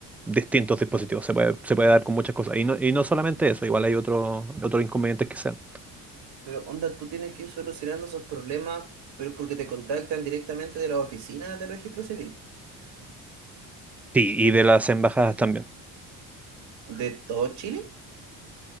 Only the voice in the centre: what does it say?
distintos dispositivos, se puede, se puede dar con muchas cosas. Y no, y no solamente eso, igual hay otros otros inconvenientes que sean.
Sí, y de las embajadas también,